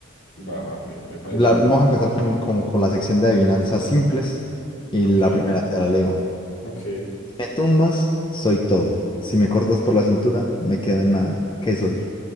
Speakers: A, on the left; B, on the left.
A: va, va, me, me parece...
B: La- vamos a empezar con, como con la sección de adivinanzas simples. Y
A: Ok,
B: la primera te la leo.
A: ok.
B: Me tumbas, soy todo. Si me cortas por la cintura, me quedo en nada. ¿Qué soy?